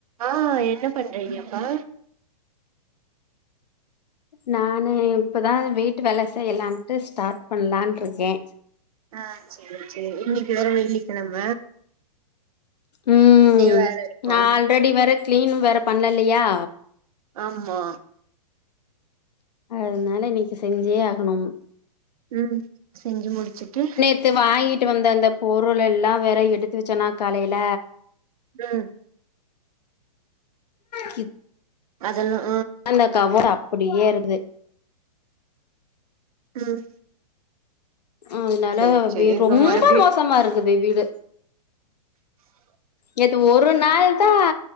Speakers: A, on the right; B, on the left.
A: ஆ என்ன பண்றீங்கப்பா
B: நானு இப்பதா வீட்டு வேல செய்யலாண்டு ஸ்டார்ட் பண்ணலாண்டுருக்கே
A: ஆ சேரி செரி இன்னைக்கு வேற வெள்ளிக்கெழம
B: ம்
A: வேல இருக்கு
B: நா ஆல்ரெடி வேற கிளீனும் வேற பண்ணலியா
A: ஆமா
B: அதுனால இன்னைக்கு செஞ்சே ஆகணும்
A: ம் செஞ்சு முடிச்சுட்டு
B: செர் வாங்கிட்டு வந்த அந்த பொருள் எல்லா வேற எடுத்து வச்சேன்னா காலைல
A: ம்
B: கி
A: அதல்லா
B: அந்த கவர் அப்டியே இருக்து
A: ம்
B: அதனால
A: சேரி சேரி
B: வி
A: இப்ப
B: ரொம்ப
A: மறுபடியு
B: மோசமா இருக்குது வீடு நேத்து ஒரு நாள் தா